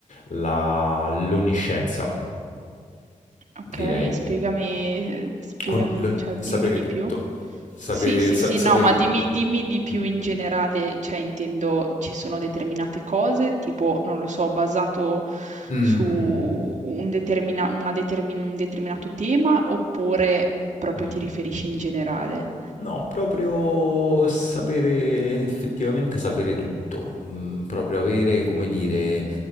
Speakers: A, on the left; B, on the right.
A: la- l'onniscienza
B: Okay,
A: direi.
B: spiegami ehm, spiegami
A: On- lo-
B: cioè
A: sapere
B: dimmi di
A: tutto.
B: più.
A: Sapere,
B: Sì, sì,
A: sa-
B: sì,
A: sapere
B: no, ma
A: tutto.
B: dimmi dimmi di più
A: Mm.
B: in generale, cioè intendo ci sono determinate cose, tipo, non lo so, basato
A: Mm.
B: su un determina una determin un determinato tema, oppure proprio
A: Mm.
B: ti riferisci in generale?
A: No, proprio sapere, effettivamente sapere tutto, Mm, proprio avere, come dire,